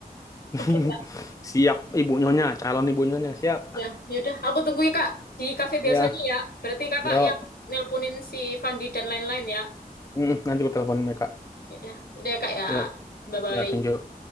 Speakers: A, on the left; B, on the left.
A: <laughs>
B: Oke, Kak.
A: Siap ibu nyonya, calon ibu nyonya siap.
B: Ya, yaudah. Aku tunggu ya, Kak. Di kafe
A: Ya,
B: biasanya ya. Berarti kakak
A: yuk.
B: yang nelponin si Fandi dan lain-lain ya.
A: Mm, nanti aku teleponin mereka.
B: Yaudah, yaudah ya, Kak ya.
A: Yuk,
B: Bye-bye.
A: ya thank you.